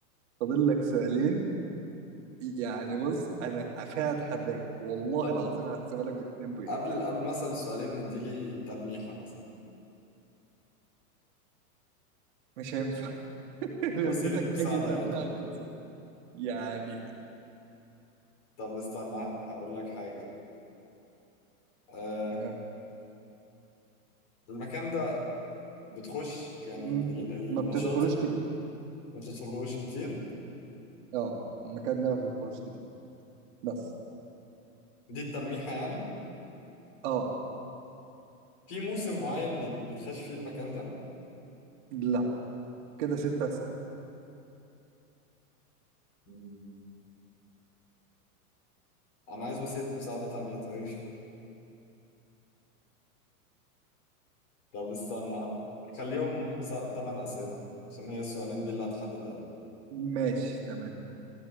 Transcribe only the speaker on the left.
طب
قبل قبل مثلا السؤالين اديلي تلميحة مثلا
وسيلة
مساعدة
يعتبر
طب استنى هقول لك حاجة أه
المكان بتخش يعني
ال- النشاط
ما بتدخلهوش كتير
دي التلميحة يعني
في موسم معين بيت- بيتخش فيه المكان ده
مم. أنا عايز وسيلة مساعدة تانية طيب <laughs> طب استنى خليهم تمن أسئلة عشان هي السؤالين دي اللي هتحدد أوي